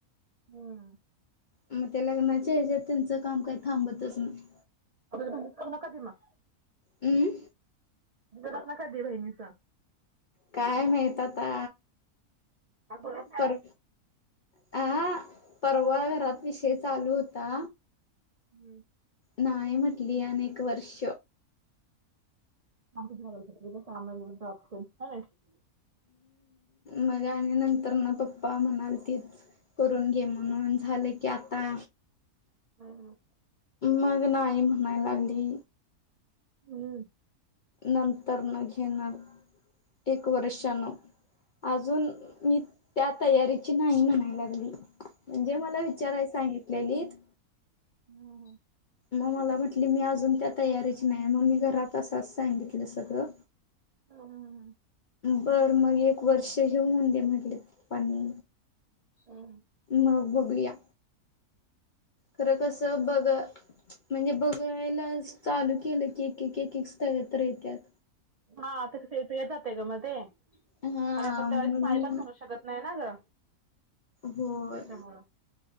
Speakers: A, on the right (about 55°); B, on the left (about 60°).
A: हम्म
B: मग त्या लग्नाचया ह्याच्यात त्यांचं काम काही थांबतच नाही.
A: अे करू नका मग <unintelligible>
B: हम्,
A: लग्न कधी हाय बहिणीच.
B: काय माहीत आता.
A: अकोल्यात
B: पर
A: आहे.
B: आ परवा घरात विषय चालु होता
A: हम्म्म
B: नाही म्हटली आणि एक वर्ष
A: <unintelligible>
B: माझे आणि नंतर न पप्पा म्हणाल तेच करून घे
A: ना.
B: म्हणून झालं की आता
A: हं हं
B: मग नाही म्हणाय लागली
A: हम्म्म
B: नंतर न घेणार एक वर्षान आजुन मी त्या तयारीची नाही म्हणाय लागली म्हणजे मला विचाराय सांगितलेलीत
A: हं
B: मग मला म्हटली मी अजुन त्या तयारीची नाय म मी जरा तसंच सांगितल सगळ
A: हं
B: बर मग एक वर्ष हे होऊन दे म्हटले पप्पानी
A: हं
B: मग बघुया खरं कस बघ म्हणजे बघायला चालु केल की एक-एक एक-एक स्थळ तर येत्यात
A: हां तेच ते येतया जातय ग मध्ये
B: हा हा
A: आणि आपण त्यावेळेस
B: म्हणून
A: नाय पण म्हणु शकत नाही ना ग
B: होय
A: त्याच्यामुळं.